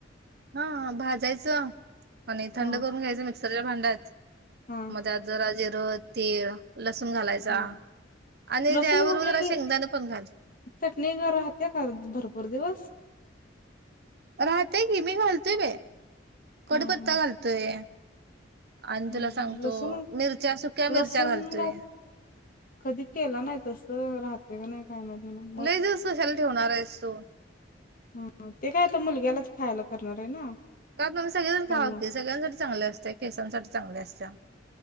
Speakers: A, on the right; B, on the left.
A: हा भाजायचं आणि थंड
B: हा
A: करून घ्यायचं मिक्सरच्या भांड्यात
B: हा
A: म त्यात जरा जीर तीळ, लसूण घालायचा
B: हा
A: आणि
B: लसूण
A: त्याबरोबर
B: घातलेली
A: शेंगदाण पण घाल
B: चटणी ग राहतेया का भरपूर दिवस
A: राहतेय की मी घालतोय बई कडीपत्ता
B: हा हा
A: घालतोय आणि
B: ह
A: तुला सांगतो
B: ह लसूण
A: मिरच्या सुक्या मिरच्या
B: लसूण
A: घालतोय
B: कधी केला नाही तस राहते का नाही काय माहित मला
A: लई दिवस कशाला ठेवणार आहेस तू
B: हा, हा ते काय आता मुलग्यालाच खायला करणार आहे ना
A: का आपण सगळेजण
B: त्यामुळे
A: खावा की सगळ्यांसाठी चांगले असतीया केसांसाठी चांगले असतीया